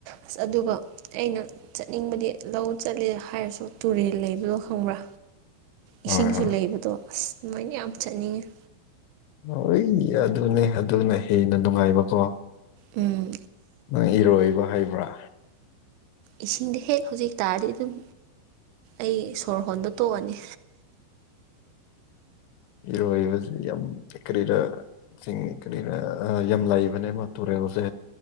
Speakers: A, on the right (about 80°); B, on the left (about 80°).
A: ꯑꯁ ꯑꯗꯨꯒ ꯑꯩꯅ ꯆꯠꯅꯤꯡꯕꯗꯤ ꯂꯧ ꯆꯠꯂꯦ ꯍꯥꯏꯔꯁꯨ ꯇꯨꯔꯦꯜ ꯂꯩꯕꯗꯣ ꯈꯪꯕ꯭ꯔꯥ
B: ꯍꯣꯏ
A: ꯏꯁꯤꯡꯁꯨ
B: ꯍꯣꯏ
A: ꯂꯩꯕꯗꯣ ꯑꯁ ꯑꯗꯨꯃꯥꯏꯅ ꯌꯥꯝ ꯆꯠꯅꯤꯡꯉꯦ
B: ꯍꯣꯏ ꯑꯗꯨꯅꯦ ꯑꯗꯨꯅ ꯍꯦꯟꯅ ꯅꯨꯡꯉꯥꯏꯕꯀꯣ
A: ꯎꯝ
B: ꯅꯪ ꯏꯔꯣꯏꯕ ꯍꯩꯕ꯭ꯔꯥ
A: ꯏꯁꯤꯡꯗ ꯍꯦꯛ ꯍꯧꯖꯤꯛ ꯇꯥꯔꯗꯤ ꯑꯗꯨꯝ ꯑꯩ ꯁꯣꯔ ꯍꯣꯟꯕ ꯇꯣꯛꯑꯅꯤ
B: ꯏꯔꯣꯏꯕꯕꯁꯤ ꯌꯥꯝ ꯀꯔꯤꯔ ꯆꯤꯡ ꯀꯔꯤꯅ ꯌꯥꯝ ꯂꯩꯕꯅꯦ ꯃꯥ ꯇꯨꯔꯦꯜꯁꯦ